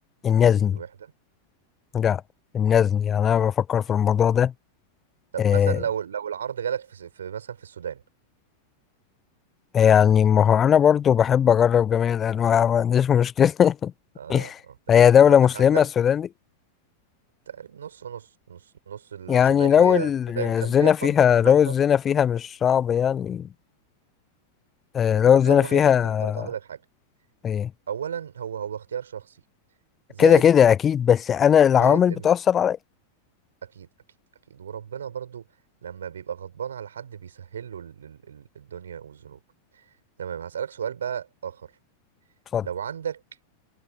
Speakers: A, on the left; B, on the right.
A: النزني
B: الوحدة
A: لا النزني يعني أنا بفكر في الموضوع ده
B: طب
A: آه،
B: مثلا لو لو العرض جالك في, س- في مثلا في السودان
A: يعني ما هو انا برضو بحب اجرب جميع الانواع ما عنديش مشكله <laughs>
B: اه اه تمام.
A: هي دوله
B: حضرتك
A: مسلمه
B: عندك
A: السودان دي
B: تقريبا نص نص نص نص الشمالي
A: يعني لو
B: هي
A: ال-
B: السودان
A: الزنا
B: كان فيها حرب
A: فيها
B: من فترة
A: لو الزنا فيها مش صعب يعني آه،
B: هو
A: لو
B: هو
A: الزنا فيها
B: يا فندم برضه هقول لك حاجة
A: إيه،
B: أولا هو هو اختيار شخصي زائد
A: كده كده اكيد بس انا العوامل
B: زائد إن
A: بتاثر عليا
B: أكيد أكيد أكيد وربنا برضه لما بيبقى غضبان على حد بيسهل له ال- ال- ال- الدنيا والذنوب تمام هسألك سؤال بقى آخر
A: اتفضل
B: لو عندك